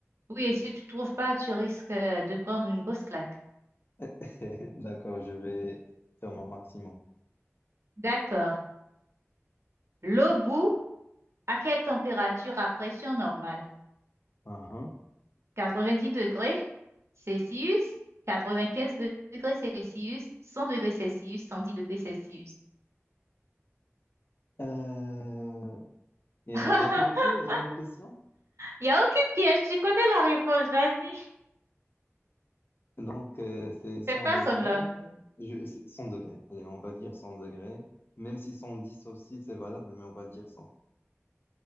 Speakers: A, on the right; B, on the left.
A: oui, et si tu trouves pas, tu risques euh, de prendre une grosse claque.
B: <laughs> D'accord, je vais faire mon maximum.
A: D'accord. L'eau bout à quelle température à pression normale?
B: Uhum.
A: 90 degrés Celsius, 95 de- degrés Celsius, 100 degrés Celsius, 110 degrés Celsius.
B: Euh, Il
A: <laughs>
B: n'y a, il y a pas de piège dans la question.
A: Il n'y a aucune piège, tu connais la réponse, vas-y.
B: Donc, euh, c'est 100
A: Fais pas
B: degrés.
A: semblant.
B: Je, c'est 100 degrés. Allez, on va dire 100 degrés. Même si 110 aussi, c'est valable, mais on va dire 100.